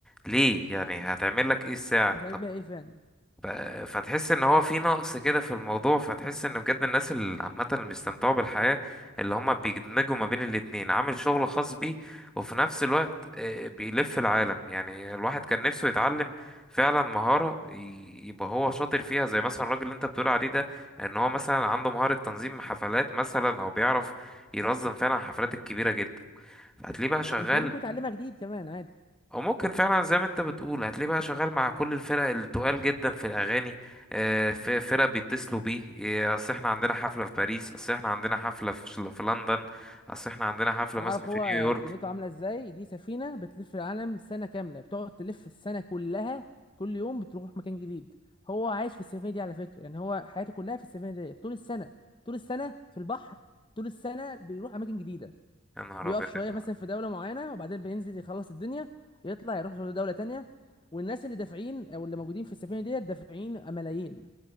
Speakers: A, in the centre; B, on the left.
A: ليه يعني هتعمل لك ايه الساعة
B: هتعمل بيها ايه فعلا
A: ف- فتحس ان هو في نقص كده في الموضوع فتحس ان بجد الناس اللي عامه اللي بيستمتعوا بالحياه اللي هم بيدمجوا ما بين الاتنين عامل شغل خاص بيه وفي نفس الوقت آه، بيلف العالم يعني الواحد كان نفسه يتعلم فعلا مهاره ي- يبقى هو شاطر فيها زي مثلا الراجل اللي انت بتقول عليه ده ان هو مثلا عنده مهاره تنظيم حفلات مثلا او بيعرف ينظم فعلا الحفلات الكبيره جدا فهتلاقيه بقى شغال
B: مش بعيد يكون اتعلمها جديد كمان عادي
A: او ممكن فعلا زي ما انت بتقول هتلاقيه بقى شغال مع كل الفرق التقال جدا في الاغاني آه، في فرق بيتصلوا بيه إيه، اصل احنا عندنا حفله في باريس اصل احنا عندنا حفله في شل- في لندن اصل احنا عندنا حفله
B: تعرف
A: مثلا في
B: هو
A: نيويورك
B: دنيته عامله ازاي دي سفينه بتلف العالم سنه كامله بتقعد تلف السنه كلها كل يوم بتروح مكان جديد هو عايش في السفينه دي على فكره يعني هو حياته كلها في السفينه دي طول السنه طول السنه في البحر طول السنه بيروح اماكن جديده
A: يا نهار
B: بيقف
A: ابيض
B: شويه
A: يا جماعة.
B: مثلا في دوله معينه وبعدين بينزل يخلص الدنيا يطلع يروح دوله تانية والناس اللي دافعين او اللي موجودين في السفينه ديت دافعين ملايين